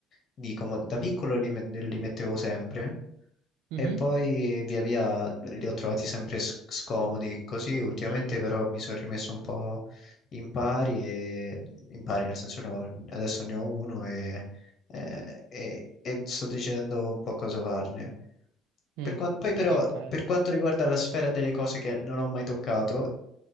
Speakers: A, on the left; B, on the right.
A: di comod- Da piccolo li, me- li mettevo sempre,
B: mhm,
A: E poi via via li ho trovati sempre s- scomodi così, ultimamente
B: mm,
A: però mi sono rimesso un po' in pari, e, in pari nel senso no, adesso ne ho uno e, eh, e- e sto decidendo un po' cosa farne.
B: mm,
A: Per quan- poi però
B: ok.
A: per quanto riguarda la sfera delle cose che non ho mai toccato,